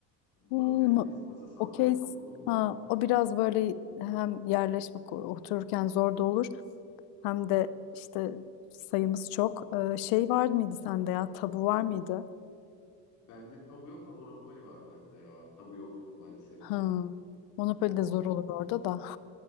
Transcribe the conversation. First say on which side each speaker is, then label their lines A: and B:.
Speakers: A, on the left; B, on the left.
A: bulabilir
B: iyi.
A: miyiz? Masa sandalye
B: O case
A: zor olur mu?
B: ha, o biraz böyle hem yerleşme ko- otururken zor da olur hem de işte sayımız çok. Ee, şey var mıydı sende ya tabu var mıydı?
A: Bende tabu yok da Monopoly var bende ya. Tabu yok maalesef.
B: Hı. Monopoly
A: Ama,
B: de zor olur orada da.